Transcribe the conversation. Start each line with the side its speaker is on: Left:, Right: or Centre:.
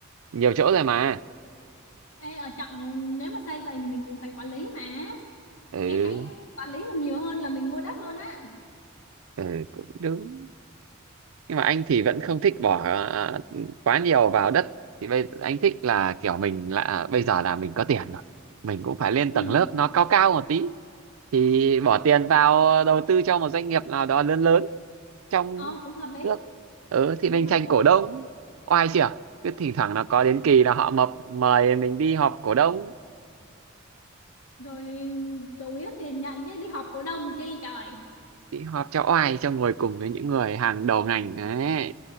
Right: nhiều chỗ rồi mà
Left: Ê, ở trọng nếu mà xây vậy thì mình cũng phải quản lý mà
Right: ừ,
Left: em thấy quản lý còn nhiều hơn là mình mua đất luôn á
Right: ừ cũng đúng nhưng mà anh thì vẫn không thích bỏ à, quá nhiều vào đất thì bây anh thích là kiểu mình là à, bây giờ là mình có tiền rồi mình cũng phải lên tầng
Left: ừ
Right: lớp nó cao cao một tí thì bỏ tiền vào đầu tư cho một doanh nghiệp nào đó lớn lớn trong
Left: ờ cũng hợp lý
Right: nước ừ, thì
Left: cũng
Right: mình
Left: hợp
Right: tranh
Left: lý
Right: cổ đông oai chưa cứ thỉnh thoảng nó có
Left: Ờ,
Right: đến kỳ là họ mập mời mình đi họp cổ đông
Left: rồi chủ yếu tiền nhận chứ đi họp cổ đông chi trời
Right: thì họp cho oai cho ngồi cùng với những người hàng đầu ngành đấy